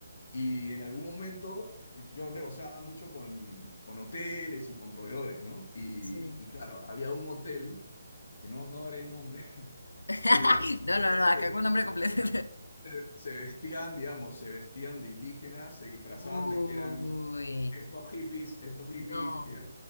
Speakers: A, on the left; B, on the left.
A: Y en algún momento yo negociaba mucho con, con hoteles y con proveedores, ¿no? Y,
B: Sí.
A: y claro, había un hotel, que no, no daré el nombre, <laughs>
B: <laughs>
A: pero
B: No, no,
A: que
B: no, acá con nombre completo.
A: se se vestían, digamos, se vestían de indígenas, se disfrazaban
B: <laughs>
A: de que eran
B: Uy,
A: estos hippies, estos hippies
B: no.
A: que...